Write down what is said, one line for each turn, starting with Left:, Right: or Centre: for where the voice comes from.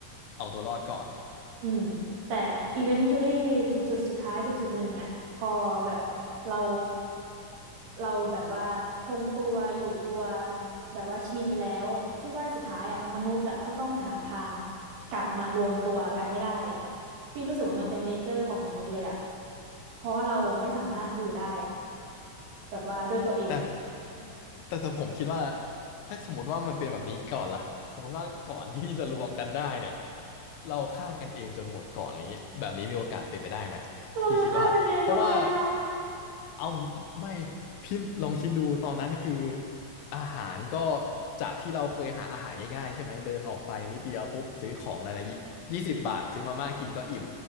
Left: เอาตัวรอดก่อน
Right: อืมแต่ eventually ถึงจุดสุดท้ายจุดจุดหนึ่งอ่ะพอแบบเราเราแบบว่าคงตัวอยู่ตัวแบบว่าชินแล้วพี่ว่าสุดท้ายอ่ะมนุษย์อ่ะก็ต้องหาทางกลับมารวมตัวกันให้ได้พี่รู้สึกว่ามันเป็นเนเจอร์ของมนุษย์เลยอ่ะเพราะว่าเราไม่สามารถอยู่ได้แบบว่าด้วยตัวเองอ่ะ
Left: แต่แต่แต่ผมคิดว่าถ้าสมมติว่ามันเป็นแบบนี้ก่อนล่ะสมมติว่าก่อนที่จะรวมกันได้เนี่ยเราฆ่ากันเองจนหมดก่อนอย่างนี้แบบนี้มีโอกาสเป็นไปได้ไหม
Right: เราจะฆ่ากันเองทำไมอ่ะ
Left: พี่คิดว่าเพราะว่าเอาไม่พี่ลองคิดดูตอนนั้นคืออาหารก็จากที่เราเคยหาอาหารง่ายๆใช่ไหมเดินออกไปนิดเดียวปุ๊บซื้อของอะไรละยี่สิบบาทซื้อมาม่ากินก็อิ่ม